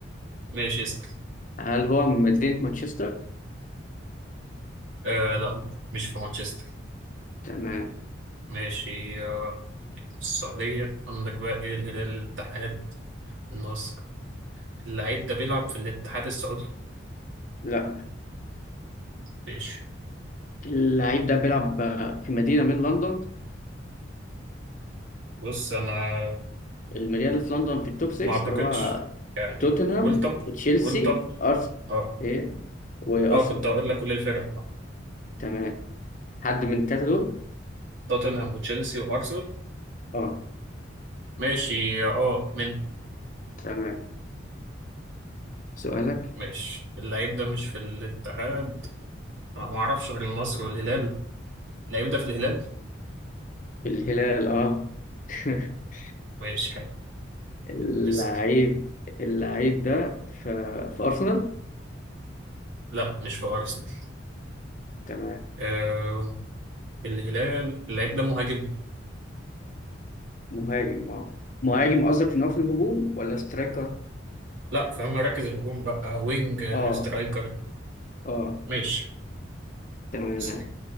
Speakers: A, on the right (about 80°); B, on the left (about 40°).
A: ماشي اسأل
B: هل هو من مدينة مانشستر؟
A: آه لا مش في مانشستر
B: تمام
A: ماشي آه في السعودية عندك بقى ايه الهلال الاتحاد النصر اللعيب ده بيلعب في الاتحاد السعودي
B: لا
A: ماشي
B: اللعيب ده بيلعب في مدينة من لندن
A: بص انا
B: المدينة اللي في لندن في التوب 6
A: ما اعتقدش
B: اللي هو
A: يعني
B: توتنهام
A: قول طب
B: تشيلسي
A: قول طب
B: أرسنال
A: اه
B: إيه وأرسنال
A: اه كنت اقول لك قول الفرقة اه
B: تمام حد من التلاتة دول؟
A: توتنهام وتشيلسي وارسنال
B: اه
A: ماشي اه من
B: تمام سؤالك
A: ماشي اللعيب ده مش في الاتحاد أنا ما اعرفش غير النصر والهلال اللعيب ده في الهلال
B: الهلال اه <laughs>
A: ماشي حلو
B: اللعيب
A: اسأل
B: اللعيب ده في في أرسنال؟
A: لا مش في ارسنال
B: تمام
A: آه، الهلال اللعيب ده مهاجم
B: مهاجم اه مهاجم قصدك ان هو في الهجوم ولا سترايكر؟
A: لا في مراكز الهجوم بقى وينج آه،
B: اه
A: سترايكر
B: اه
A: ماشي
B: تمام
A: بس